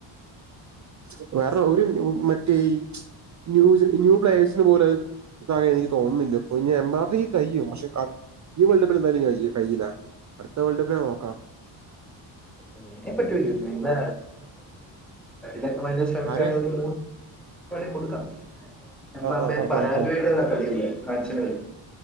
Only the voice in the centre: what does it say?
<inaudible> എല്ലാ ചെക്കമ്മാരും ശ്രമിക്കാണങ്കില്
<unintelligible> കൊട്ക്കാ എമ്പാപ്പയെ
പരാജയ
വിട്ട്ള്ള കളിയില്ല ഫ്രാൻസിന്റെ കളി